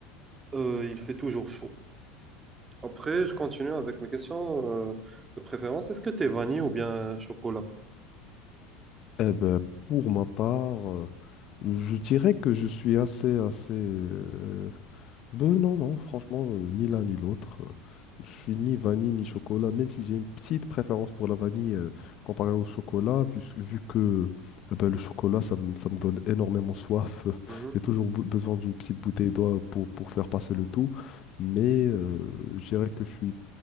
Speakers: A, on the right; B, on the left.
A: Euh, il fait toujours chaud. Après, je continue avec mes questions euh, de préférence. Est-ce que t'es vanille ou bien chocolat?
B: Eh ben, pour ma part, euh, je dirais que je suis assez, assez... euh, ben non, non, franchement, euh, ni l'un ni l'autre. euh, je suis ni vanille ni chocolat, même si j'ai une petite préférence pour la vanille euh, comparée au chocolat, vu, s- vu que eh ben, le chocolat, ça, me ça me donne énormément soif. <laughs> euh,
A: Mhm,
B: J'ai toujours bou- besoin d'une petite bouteille d'eau pour, pour faire passer le tout. Mais euh, je dirais que je suis